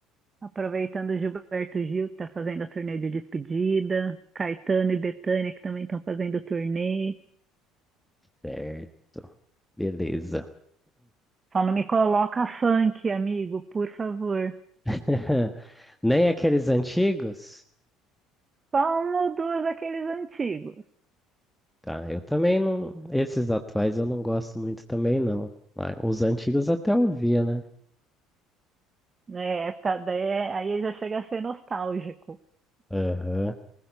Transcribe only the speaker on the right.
aproveitando Gilberto Gil, que está fazendo a turnê de despedida, Caetano e Bethânia, que também estão fazendo turnê.
Só não me coloca funk, amigo, por favor.
Só um ou dois daqueles antigos.
É, época da- é, aí já chega a ser nostálgico.